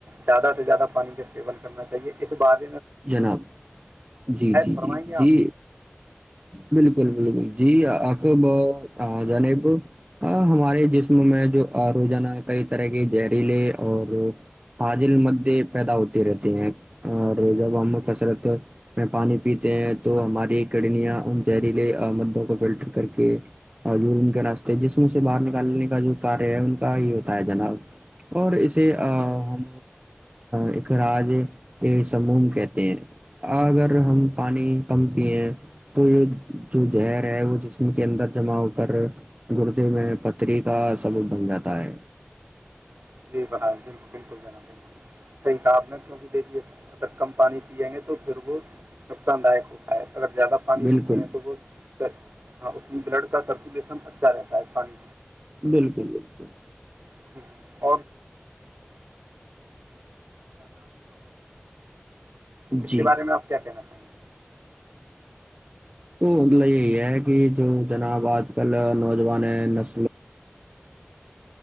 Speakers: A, on the right; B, on the right.
A: زیادہ سے زیادہ پانی کا استعمال کرنا چاہیے اس بار
B: جناب جی جی
A: فرمائیں
B: جی
A: گے آپ
B: جی بالکل بالکل جی آب جانب ہمارے جسم میں جو روزانہ کئی طرح کے جہریلے اور حاجل مدے پیدا ہوتے رہتے ہیں جب ہم
A: جی
B: کثرت
A: جی
B: میں پانی پیتے ہیں تو ہماری کرنیاں ان زہریلے مادوں کو فلٹر کر کے کے راستے جسم سے باہر نکالنے کا جو کار ہے ان کا یہ ہوتا ہے جناب اور اسے ہم
A: جی
B: ایک راج سموم کہتے ہیں اگر ہم پانی کم پیے تو یہ جو زہر ہے وہ جسم کے اندر جمع ہو کر گردے میں پتھری کا سثبوت بن جاتا ہے
A: <unintelligible> <unintelligible> کم پانی پییں گے تو پھر وہ نقصان داک ہوتا ہے اگر زیادہ پانی
B: بالکل
A: پیتے ہیں تو وہ ہاں اس میں بلڈ کا سرکولیشن اچھا رہتا ہے پانی
B: بالکل بالکل
A: <unintelligible> اس
B: جی
A: کے بارے میں آپ کیا کہنا چاہیں گے
B: تو مطلب یہی ہے کہ جو جناب آج کل نوجوانیں نسل